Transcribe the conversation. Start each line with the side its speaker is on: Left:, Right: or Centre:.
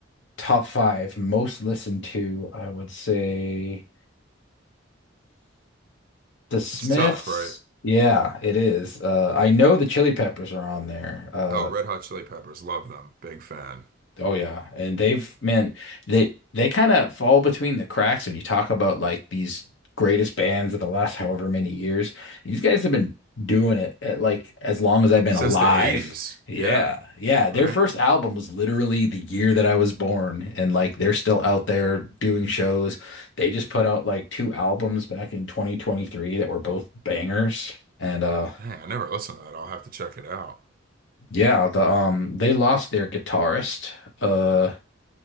Left: top five most listened to, I would say. The Smiths,
Right: It's tough, right?
Left: yeah, it is. Uh, I know the Chili Peppers are on there. Uh,
Right: Oh, Red Hot Chili Peppers, love them. Big fan.
Left: oh yeah, and they've man, they they kind of fall between the cracks when you talk about like these greatest bands of the last however many years. These guys have been doing it at, like as long as I've been
Right: Since
Left: alive.
Right: the 80s.
Left: Yeah,
Right: Yeah,
Left: yeah.
Right: right?
Left: Their first album was literally the year that I was born, and like they're still out there doing shows. They just put out like two albums back in 2023 that were both bangers. And uh
Right: Dang, I never listened to that. I'll have to check it out.
Left: Yeah, the um they lost their guitarist. Uh